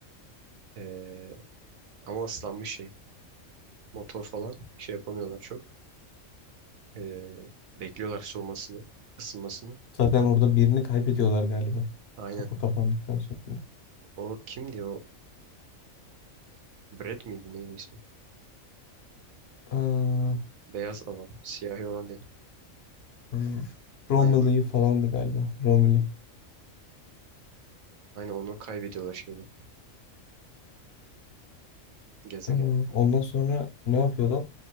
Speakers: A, on the right; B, on the left.
A: Ee, ama ıslanmış şey. Motor falan şey yapamıyorlar çok. Ee, bekliyorlar soğumasını, ısınmasını.
B: Zaten orada birini kaybediyorlar galiba.
A: Aynen.
B: Kapı kapandıktan sonra.
A: O kimdi o? Brett miydi neydi ismi?
B: Aa,
A: Beyaz adam. Siyahi olan değil.
B: R- Romilly
A: Aynen o.
B: falandı galiba. Romilly.
A: Aynen onu kaybediyorlar şeyde. Gezegende.
B: Ee, Ondan sonra ne yapıyorlar?